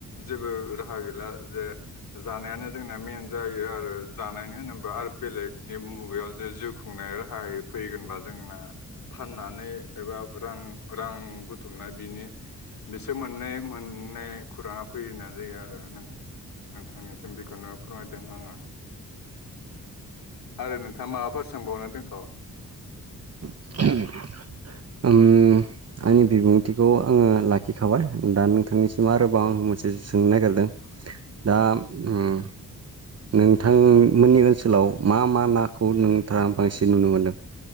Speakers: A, on the left; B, on the right.
A: जेबो राहा गैला जे जानायानो जोंना मेन जायो आरो जानायानो होनोबा आरो बेलेगनि मुगायाव जे जिउ खुंनाया <unintelligible> फैगोनबा जोंना फाननानै एबा रां रां बुथुमनाय बिनि बिसोर मोननाय मोननाय खौराङा फैनाय जायो आरो नों नोंथांनिसिम बेखौनो फोरमायदों आंङो। आरो नोंथाङा माबाफोर सोंबावनो दोन
B: <unintelligible> ओम आंनि बिबुंथिखौ आंङो लाखिखाबाय दा नोंथांनिसिम आरोबाव आं मोनसे सोंनो नागिरदों। दा ओम नोंथांमोननि ओनसोलाव मा मा नाखौ नोंथांङा बांसिन नुनो मोनदों?